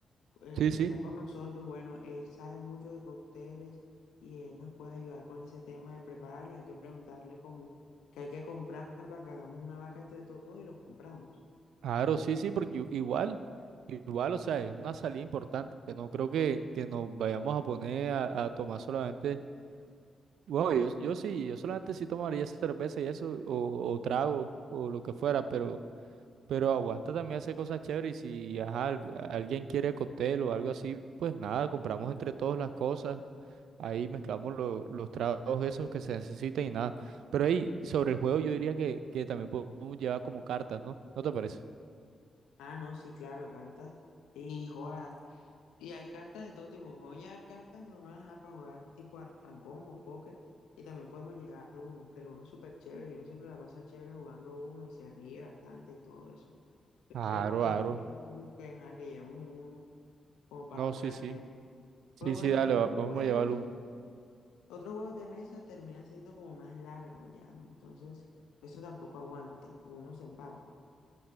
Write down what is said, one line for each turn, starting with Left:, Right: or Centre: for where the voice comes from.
Left: el
Right: Sí,
Left: que
Right: sí,
Left: está con nosotros, bueno, él sabe mucho de cócteles y él nos puede ayudar con ese tema de prepararlos. Hay que preguntarle cómo que hay que comprar para que hagamos una vaca entre todos y los compramos.
Right: claro, sí, sí, porque i- igual, igual, o sea, es una salida importante, que no creo que, que nos vayamos a poner a, a tomar solamente, bueno, yo, yo sí, yo solamente sí tomaría cerveza y eso, o, o trago, o lo que fuera, pero, pero aguanta también hacer cosas chéveres y si, ajá, al- alguien quiere cóctel o algo así, pues nada, compramos entre todos las cosas Ahí mezclamos lo- los tragos esos que se necesitan y nada. Pero ahí, sobre el juego, yo diría que, que también podemos llevar como cartas, ¿no? ¿No te parece?
Left: Ah, no, sí, claro, cartas y jugadas. Y hay cartas de todo tipo. Voy a llevar cartas normales ajá, para jugar tipo arrancón o póker. Y también podemos llevar uno, que el uno es súper chévere y uno siempre la pasa chévere jugando uno y se ríe bastante y todo eso.
Right: Aro,
Left: Yo recomiendo
Right: aro.
Left: también full que, ajá, que llevemos un uno como para
Right: No,
Left: jugar
Right: sí, sí.
Left: y eso.
Right: Sí,
Left: Porque, por
Right: sí,
Left: ejemplo,
Right: dale,
Left: otros
Right: va- vamos
Left: juegos,
Right: a llevarlo. un-
Left: otros juegos de mesa terminan siendo como más largos ya, ¿no? Entonces, eso tampoco aguanta, uno se empava.